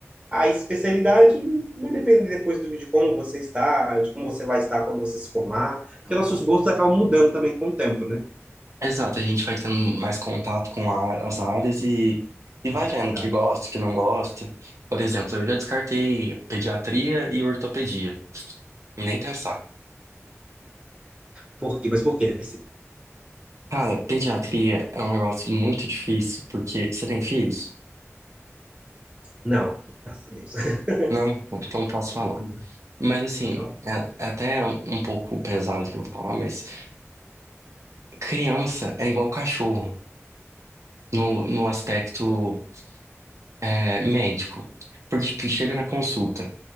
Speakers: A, on the right; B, on the right.
A: A especialidade vai depender depois do, de como você está, de como você vai estar quando você se formar, porque nossos gostos acabam mudando também com o tempo, né?
B: Exato, a gente vai tendo mais contato com a- as áreas e, e vai
A: Exato.
B: vendo o que gosta, o que não gosta. Por exemplo, eu já descartei pediatria e ortopedia. Nem pensar.
A: Por quê? Mas por quê?
B: Cara, pediatria é um negócio muito difícil, porque você tem filhos?
A: Não, graças a Deus. <laughs>
B: Não? Então posso falar.
A: Não,
B: Mas assim,
A: Pode falar?
B: é é até um pouco pesado que eu vou falar, mas criança é igual cachorro no, no aspecto é, médico. Porque tipo, chega na consulta,